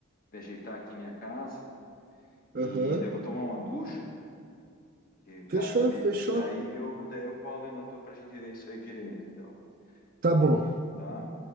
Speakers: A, on the left; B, on the right.
A: de ajeitar aqui minha casa e
B: Aham.
A: daí eu vou tomar uma ducha, porque, cara,
B: Fechou,
A: tá me...
B: fechou.
A: daí eu daí eu colo aí na tua pra gente ver isso aí direito, então.
B: Tá
A: E
B: bom.
A: aí, tá?